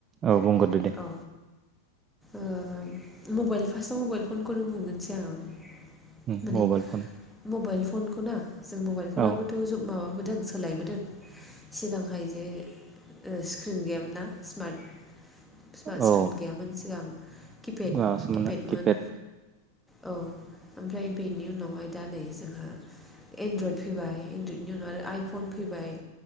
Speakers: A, on the right; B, in the centre.
A: औ बुंग्रोदो दे।
B: औ ओ मबाइल फार्स्टआव मबाइल फनखौनो बुंग्रोनोसै आं।
A: उम
B: माने
A: मबाइल फन
B: मबाइल फनखौना जों मबाइल फनाबाबोथ'
A: औ
B: ज माबाबो सोलायबोदों। सिगांहाय जे स्क्रिन गैयामोन ना स्मार्ट स्मार्ट
A: औ
B: स्क्रिन गैयामोन सिगां। किपेड
A: माबासोमोनना
B: किपेडमोन
A: किपेड।
B: औ ओमफ्राय बेनि उनावहाय दा नै जोंहा एनड्रयड फैबाय एनड्रयडनि उनाव आरो आइफन फैबाय।